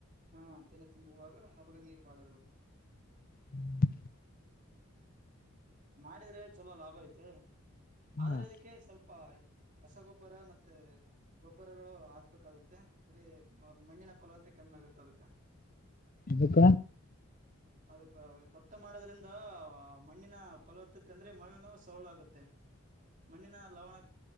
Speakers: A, on the right; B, on the left.
A: ಹಾ ತೆನೆ ತುಂಬುವಾಗ ಅವಾಗ ನೀರ್ ಬಾಳ ಇರ್ಬೇಕು
B: ಹ್ಮ
A: ಹ್ಮ್ ಮಾಡಿದ್ರೆ ಚಲೋ ಲಾಭ ಐತೆ
B: ಹ್ಮ್
A: ಆದ್ರೆ ಅದಕ್ಕೆ ಸ್ವಲ್ಪ್ ಪ ರಸಗೊಬ್ಬರ ಮತ್ತೆ ಗೊಬ್ಬರಗಳು ಹಾಕ್ಬೇಕಾಗುತ್ತೆ ಅದೇ ಮಣ್ ಣ್ಣಿನ ಫಲವತ್ತೆ ಕಮ್ಮಿ ಆಗುತ್ತೆ ಅದ್ಕ
B: ಯಾಕ
A: ಅದಕ್ಕ ಭತ್ತ ಮಾಡೋದ್ರಿಂದ ಮಣ್ಣಿನ ಫಲವತ್ತತೆ ಅಂದ್ರೆ ಮಣ್ಣು ಸೊಳ್ ಆಗುತ್ತೆ ಮಣ್ಣಿನ ಲವಣ